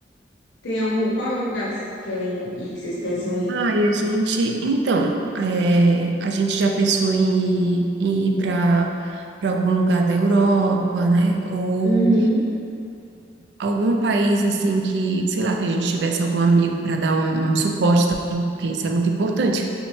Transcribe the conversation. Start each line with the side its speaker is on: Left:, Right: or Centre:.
Left: Tem algum, qual é o lugar que vocês querem ir, que vocês pensam ir?
Right: Ah, e a gente, então, é, a gente já pensou em, em ir para para algum lugar da Europa, né? Ou
Left: Uhum.
Right: algum país assim que, sei lá, que a gente tivesse algum amigo para dar um, um suporte também, porque isso é muito importante.